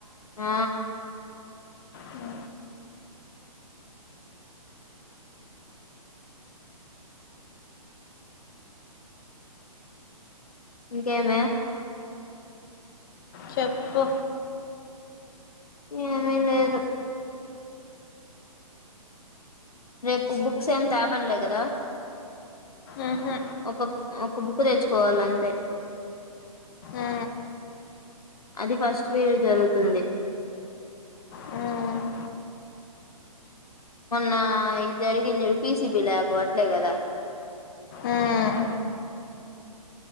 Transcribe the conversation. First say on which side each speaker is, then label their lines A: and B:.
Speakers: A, on the left; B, on the left.
A: ఆ
B: ఉ
A: ఇంకేమి
B: చెప్పు
A: ఏమి లేదు రేపు బుక్స్ ఏమి తే మన్లే కదా
B: ఉహు
A: ఒక ఒక బుక్ తెచ్చుకోవాలి అంతే
B: ఊ
A: అది ఫస్ట్ పీరియడ్ జరుగుతుంది
B: ఉమ్
A: నా ఇ జరిగింది చూడు పీసిబి ల్యాబు అట్లే కదా
B: ఉమ్